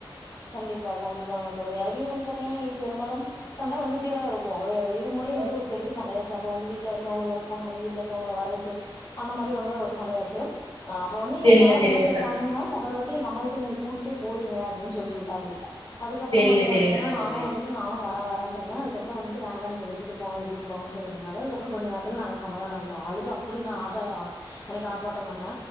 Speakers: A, on the left; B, on the right.
A: கண்டிப்பா கண்டிப்பாங்க தோழி அதுலியும் வந்து பாத்தீங்கனா எங்ளுக்கு பெருபாலும் சண்ட வந்துகிட்டேதா இருகு ஒரு இவ் இதுமுறை
B: ஓ
A: வந்து ஒரு பெரியச் சண்டையாச்சு அப்ப வந்து வீட்ல இருக்கறவங்ளுகு யாரோ ஃபோன் பண்ணி வீட்டுலக்கவுங்ள வர வெச்சு அந்த மாரி வந்து ஒரு சண்டையாச்சு ஆ அப்ப வந்து எ
B: செரிங்க
A: கணவர்
B: செரிங்க
A: என்ன சொல்ட்டாங்கன்னா
B: சகோதரி
A: மொதல் வாட்டி எங்க அம்மாகிட்ட நீங்க கூட்டிட்டேப் போயிருங்க அப்டின் சொல்லிச் சொல்ட்டாப்டி அதுக்கப்பறம்
B: செரிங்க
A: வந்து பாத்தீங்னா
B: செரிங்க சகோதரி
A: நானு வந்துட் ரு நானு வர வரேன்ட்ருந்தே அதுக்கப்புறோ வந்துட்டு வேண்டா நீங்க விட்டுட்டு போங்க விட்டுட்டு போங்கன் சொல்லி சொன்னாரு அதுப்க்கப்புறோ கொஞ்ச நேர்த் த்தல் நாங்க சமாதானோ ஆயிட்டோ அழுது அப்டி நா ஆட்ட ஆ அன்னைக்கு ஆர்ப்பாட்டம் பண்ணே